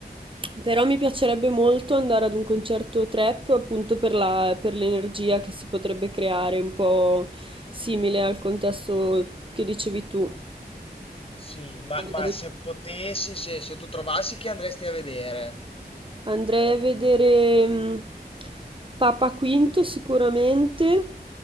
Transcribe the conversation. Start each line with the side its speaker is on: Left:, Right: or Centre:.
Right: però mi piacerebbe molto andare ad un concerto trap, appunto per la- per l'energia che si potrebbe creare, un po' simile al contesto che dicevi tu.
Left: Sì, ma,
Right: Magari.
Left: ma se potessi, se, se tu trovassi chi andresti a vedere?
Right: Andrei a vedere mm, Papa Quinto sicuramente.